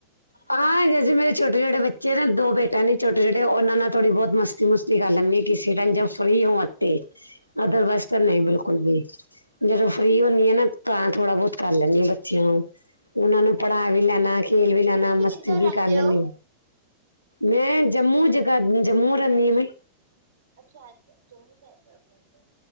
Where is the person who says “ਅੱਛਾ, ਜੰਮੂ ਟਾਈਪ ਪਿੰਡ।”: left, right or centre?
Right